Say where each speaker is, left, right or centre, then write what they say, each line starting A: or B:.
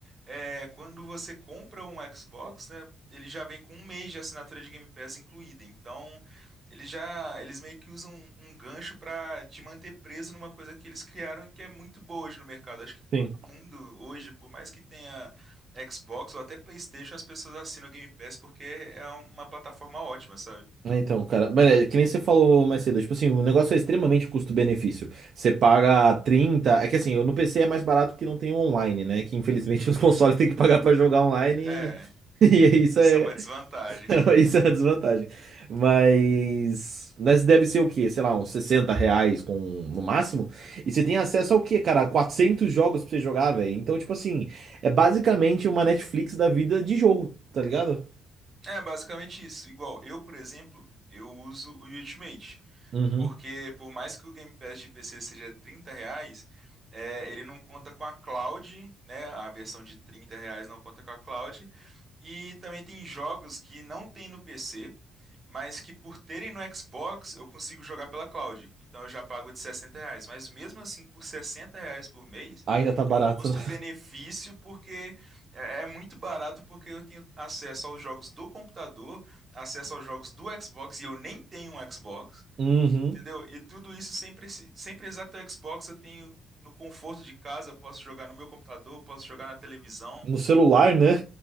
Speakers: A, on the right; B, on the right.
A: é, quando você compra um Xbox, né, ele já vem com um mês de assinatura de Game Pass incluída. Então eles já, eles meio que usam um gancho pra te manter preso numa coisa que eles criaram e que é muito boa hoje no mercado. Acho que todo
B: sim.
A: mundo hoje, por mais que tenha Xbox ou até PlayStation, as pessoas assinam o Game Pass porque é uma plataforma ótima, sabe?
B: É, Então, cara, mano, é que nem você falou mais cedo, tipo assim, o negócio é extremamente custo-benefício. Você paga 30 é que assim, eu no PC é mais barato porque não tem o online, né? Que infelizmente
A: Uhum.
B: <laughs> os consoles tem que pagar pra jogar online
A: É,
B: e, <laughs> e é isso
A: isso
B: é,
A: é uma desvantagem.
B: <laughs>
A: <laughs>
B: Isso é a desvantagem. Mas. Mas deve ser o quê? Sei lá, uns 60 reais com... no máximo. E você tem acesso ao quê, cara? quatrocentos jogos pra você jogar, velho. Então, tipo assim, é basicamente uma Netflix da vida de jogo, tá ligado?
A: É basicamente isso. Igual eu, por exemplo, eu uso o Ultimate.
B: Uhum.
A: Porque por mais que o Game Pass de PC seja 30 reais, é, ele não conta com a cloud, né? A versão de 30 reais não conta com a cloud. E também tem jogos que não tem no PC, mas que por terem no Xbox eu consigo jogar pela cloud. Então eu já pago de 60 reais. Mas mesmo assim, por 60 reais por mês,
B: Ainda tá barato,
A: é um custo-benefício
B: né?
A: porque é é muito barato porque eu tenho acesso aos jogos do computador, acesso aos jogos do Xbox e eu nem tenho um Xbox.
B: Uhum.
A: Entendeu? E tudo isso sem, preci- sem precisar ter o Xbox, eu tenho no conforto de casa, eu posso jogar no meu computador, eu posso jogar na televisão,
B: No celular, né?